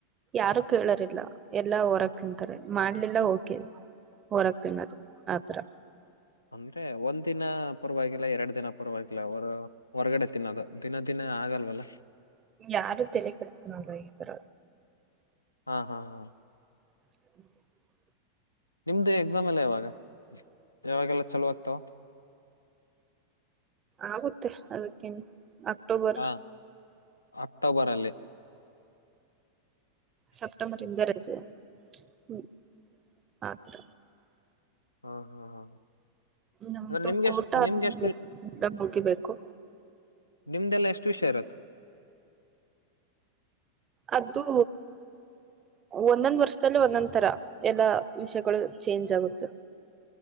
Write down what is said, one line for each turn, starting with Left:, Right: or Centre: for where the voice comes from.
Right: ಯಾರು ಕೇಳೋರಿಲ್ಲ ಎಲ್ಲಾ ಹೊರಕ್ ತಿಂತಾರೆ ಮಾಡ್ಲಿಲ್ಲ ಓಕೆ. ಹೊರ ತಿನ್ನೋದು ಆತರ.
Left: ಅಂದ್ರೆ ಒಂದ್ ದಿನ ಪೂರ್ವಾಗಿಲ್ಲ ಎರಡ್ ದಿನ ಪೂರ್ವಾಗಿವಾಗಿಲ್ಲ ಅವ್ರ. ಹೊರಗಡೆ ತಿನ್ನೋದು ದಿನ ದಿನ ಆಗಲ್ವಲ್ಲ.
Right: ಯಾರು ತೆಲೆ ಕೆಡ್ಸ್ಕೊಳಲ್ಲ ಇತರ.
Left: ಹಾ ಹಾ ಹಾ.
Right: <inaudible>
Left: ನಿಮ್ದು ಎಕ್ಸಾಮ್ ಎಲ್ಲ ಯಾವಾಗ ಯಾವಾಗೆಲ್ಲ ಚಲೋ ಆಗ್ತಾವ್.
Right: ಆಗುತ್ತೆ ಅದಕ್ಕೆನ್ ಅಕ್ಟೋಬರ್.
Left: ಹಾ ಅಕ್ಟೋಬರ್ ಅಲ್ಲಿ.
Right: ಸಪ್ಟೆಂಬರ್ ಇಂದ ರಜೆ ಹ್ಮ ಆತ್ರ.
Left: ಆ ಹಾ ಹಾ.
Right: ನಮ್
Left: ಅಂದ್ರೆ
Right: ತೂ
Left: ನಿಮ್ಗೆ
Right: ಕೊಟ
Left: ಎಷ್ಟು
Right: <unintelligible>
Left: ನಿಮ್ಗೆ ಎಷ್ಟು
Right: ಮುಗಿ ಬೇಕು.
Left: ನಿಮ್ದೆಲ್ಲ ಎಷ್ಟ್ ವಿಷಯ ಇರತ್
Right: ಅದ್ದು ಒಂದೊಂದ್ ವರ್ಷದಲ್ಲಿ ಒಂದೊಂದ್ ತರ ಎಲ್ಲಾ ವಿಷಯಗಳು ಚೇಂಜ್ ಆಗುತ್ತೆ.